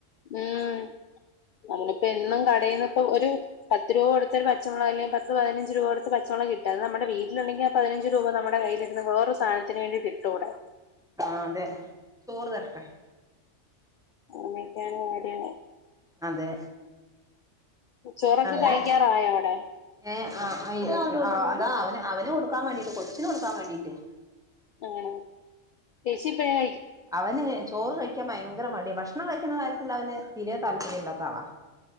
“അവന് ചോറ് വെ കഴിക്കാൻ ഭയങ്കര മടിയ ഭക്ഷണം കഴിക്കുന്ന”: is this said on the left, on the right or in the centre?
Centre